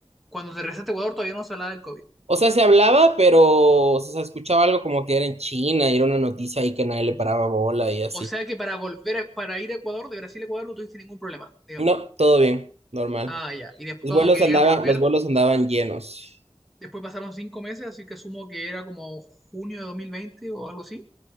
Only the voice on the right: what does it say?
O sea, se hablaba, pero o sea, se escuchaba algo como que era en China y era una noticia ahí que nadie le paraba bola y así.
No, todo bien, normal.
Los
vuelos
andaban,
los vuelos andaban llenos.